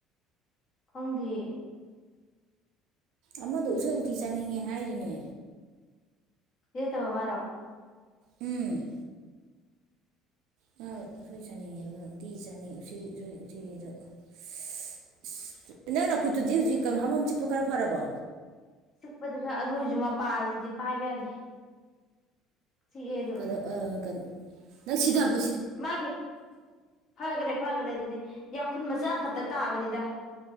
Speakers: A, on the left (about 45°); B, on the right (about 60°).
A: ꯈꯪꯗꯦ꯫
B: ꯑꯃꯗꯣ ꯎꯁꯣꯏ ꯎꯇꯤ ꯆꯥꯅꯤꯡꯉꯦ ꯍꯥꯏꯔꯝꯅꯦ꯫
A: <unintelligible>
B: ꯎꯝ ꯇꯥꯏ <unintelligible> ꯎꯁꯣꯏ ꯆꯥꯅꯤꯡꯉꯦ ꯏꯕꯦꯝꯃ ꯎꯇꯤꯁꯨ <unintelligible> ꯌꯥꯅꯤ <unintelligible> ꯎꯇꯤ <unintelligible> ꯎꯁꯣꯏ ꯎꯇꯤꯁꯤꯗ ꯏꯁꯁꯁ ꯏꯁ <unintelligible> ꯅꯪ ꯅꯈꯨꯠꯇꯨꯗꯤ ꯍꯨꯖꯤꯛ ꯀꯃ <unintelligible> ꯍꯝ ꯍꯝ ꯆꯤꯛꯄ ꯈꯔ ꯐꯔꯕꯣ꯫
A: ꯆꯤꯛꯄꯗꯤ ꯈꯔ ꯑꯗꯨꯑꯣꯏꯖꯨ ꯃꯄꯥꯖꯤꯗꯤ ꯄꯥꯏꯕ ꯌꯥꯗꯦ꯫ ꯆꯤꯛꯑꯦ ꯑꯗꯨꯝ
B: ꯀꯗꯧ ꯑ ꯀꯟ ꯅꯪ ꯁꯤꯗꯕ
A: ꯃꯥꯒꯤ ꯐꯒꯔꯦ ꯐꯒꯔꯦ ꯑꯗꯨꯗꯤ ꯌꯥꯈꯨꯟ ꯃꯆꯥꯝꯃ ꯈꯛꯇ ꯇꯥꯕꯅꯤꯗ꯫